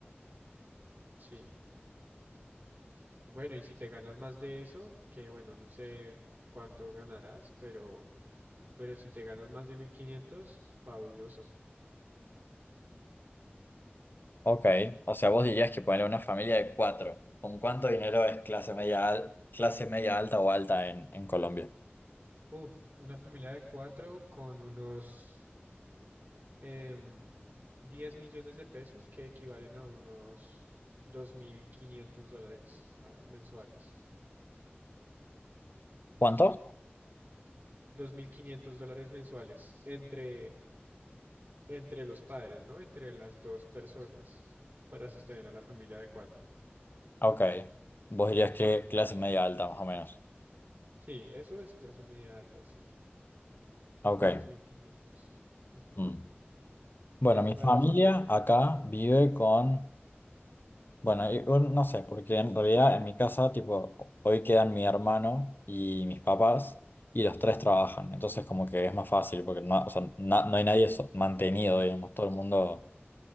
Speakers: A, on the right; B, on the left.
A: Sí. Bueno, y si te ganas más de eso, que bueno, no sé cuánto ganarás, pero, pero si te ganas más de mil quinientos fabuloso.
B: Ok, o sea, vos dirías que ponerle una familia de cuatro. ¿Con cuánto dinero es clase media, al- clase media alta o alta en, en Colombia?
A: Uf, una familia de cuatro con unos em, 10 millones de pesos que equivalen a unos dos mil quinientos dólares ah, mensuales.
B: ¿Cuánto?
A: Sí. dos mil quinientos dólares mensuales entre, entre los padres, ¿no? Entre las dos personas para sostener a la familia de cuatro.
B: Ok. Vos dirías que clase media alta, más o menos.
A: Sí, eso es clase media alta, sí.
B: Ok.
A: 2.500. Ujú.
B: Mm. Bueno,
A: ¿Qué te
B: mi
A: parece?
B: familia acá vive con. Bueno, y- o no sé, porque en realidad en mi casa, tipo, hoy quedan mi hermano y mis papás, y los tres trabajan. Entonces, como que es más fácil, porque no, o sea, na- no hay nadie so- mantenido, digamos, todo el mundo